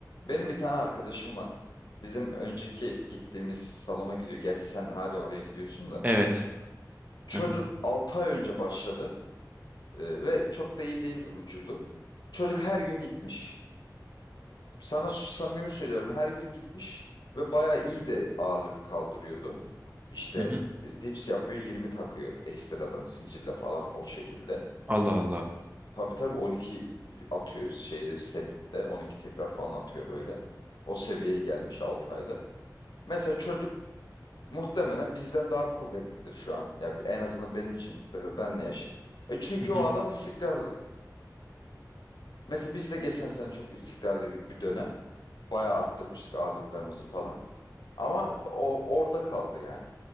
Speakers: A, on the left (about 80°); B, on the right (about 20°).
A: Benim bir tane arkadaşım var. Bizim önceki gittiğimiz salona gidiyor. Gerçi sen hala oraya gidiyorsun da.
B: Evet.
A: Çocuk
B: Hı hı.
A: 6 ay önce başladı e, ve çok da iyi değildi vücudu. Çocuk her gün gitmiş. Sana samimi söylüyorum her gün gitmiş ve bayağı iyi de ağırlık kaldırıyordu. İşte
B: Hı hı.
A: e, dips yapıyor 20 takıyor ekstradan zincirle falan o şekilde.
B: Allah Allah.
A: Tabii tabii 12 e, atıyor şeyde sette 12 tekrar falan atıyor böyle. O seviyeye gelmiş 6 ayda. Mesela çocuk muhtemelen bizden daha kuvvetlidir şu an. Ya en azından benim için be- be- benle yaşıt. E çünkü
B: Hı hı.
A: o adam istikrarlı. Mesela biz de geçen sene çok istikrarlıydık bir dönem. Bayağı arttırmıştık ağırlıklarımızı falan. Ama o orada kaldı yani.